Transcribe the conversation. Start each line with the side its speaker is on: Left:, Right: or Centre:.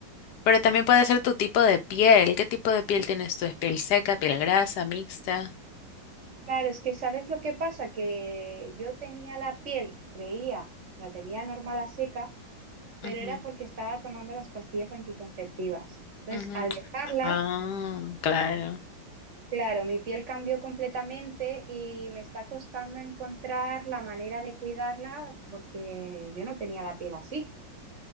Left: Pero también puede ser tu tipo de piel. ¿Qué tipo de piel tienes tú? ¿Es piel seca, piel grasa, mixta?
Right: Claro, es que ¿sabes lo que pasa? Que yo tenía la piel, creía, la tenía normal a seca pero
Left: Ujú,
Right: era porque estaba tomando las pastillas anticonceptivas. Entonces,
Left: ujú.
Right: al dejarlas,
Left: Ah, claro.
Right: claro, mi piel cambió completamente y me está costando encontrar la manera de cuidarla porque yo no tenía la piel así.